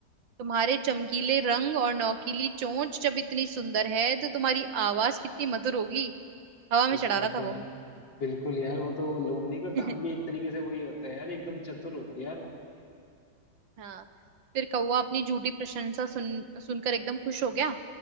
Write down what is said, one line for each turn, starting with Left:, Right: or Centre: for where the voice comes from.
Right: तुम्हारे चमकीले रंग और नौकीली चोंच जब इतनी सुंदर है तो तुम्हारी आवाज कितनी मधुर होगी हवा में
Left: सच
Right: चढ़ा
Left: बात
Right: रहा था
Left: है
Right: वो
Left: यार बिल्कुल यार वो तो लोमड़ी का
Right: <laughs>
Left: काम भी एक तरीके से वही होता है यार एकदम चतुर होती है यार वो।
Right: हाँ फिर कौवा अपनी झूठी प्रशंसा सुन सुनकर एकदम खुश हो गया